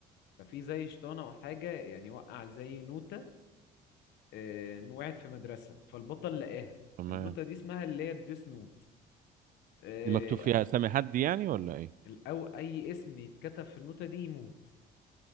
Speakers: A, on the left; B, on the right.
A: ففي زي شيطان او حاجه يعني وقع زي نوته آه، إن وقعت في مدرسه فالبطل لقاها
B: تمام
A: النوته دي اسمها اللي هي الديس نوت آه،
B: دي مكتوب فيها اسامي حد يعني ولا ايه
A: ال- او اي اسم يتكتب في النوته دي يموت